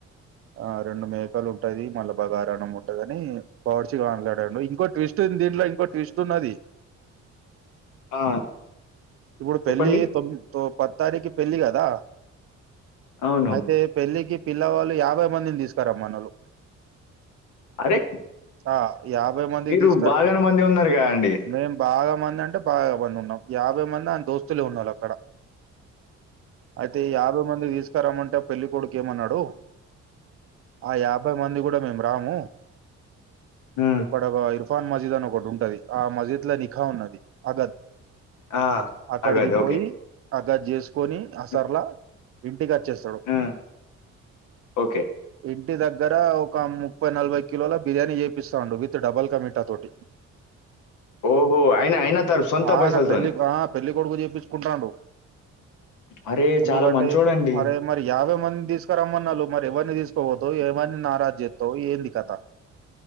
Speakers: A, on the right; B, on the left.
A: ఆ రెండు మేకలుంటది మళ్ళ బగారన్నం ఉంటదని బావడ్చిగా అన్లడాడు ఇంకోటి ట్విస్ట్ ఉంద్ దీంట్లో ఇంకో ట్విస్ట్ ఉన్నది
B: ఆ!
A: ఇప్పుడు
B: చెప్పండి.
A: పెళ్లి తొం తో పత్తారికి పెళ్ళిగదా
B: అవును.
A: అయితే పెళ్ళికి పిల్లవాళ్ళు యాభై మందిన్ దీస్కరామ్మన్నోళ్ళు
B: అరే
A: ఆ యాభై మందిక్
B: మీరు
A: దీస్
B: బాగానే మంది ఉన్నారుగా అండి
A: మేం బాగా మందంటే బాగా మంది ఉన్నాం యాభై మంది ఆన్ దోస్తులే ఉన్నల్ అక్కడ
B: అ...
A: ఐతే యాభై మంది దీస్కరమ్మంటే పెళ్ళికొడుక్ ఏమన్నడు ఆ యాభై మంది గూడా మేం రాము
B: ఆ!
A: ఇక్కడ వ <unintelligible> తా మజీద్ అన్ ఒకటుంటది ఆ మజీద్ ల నిఖా ఉన్నది అగద్
B: ఆ!
A: అక్కడికి
B: అగదు.
A: పోయి
B: ఓకే.
A: అదద్ జేస్కొని అసర్లా
B: హ్మ్.
A: ఇంటిక్ అచ్చేస్తాడు
B: ఆ! ఓకే.
A: ఇంటి దగ్గర ఒక ముప్పై నలభై కిలోల బిర్యానీ జేపిస్తాండు విత్ డబల్ కమి టతోటీ
B: ఓహో! ఆయన ఆయన తరు సొంత
A: ఆ
B: పైసలతోనే.
A: నా పెళ్ళిక్ ఆ పెళ్ళి కొడుకు జేపిచ్చుకుంటాండు
B: అరే!
A: ఎందుకంటే
B: చాలా మంచోడండి.
A: అరే మరి యాభై మందిస్కరమ్మన్నాళ్ళు మరి ఎవర్ని దీస్కోవోతవ్ ఎమన్ నారాజ్ జేత్తవు ఏంది కథ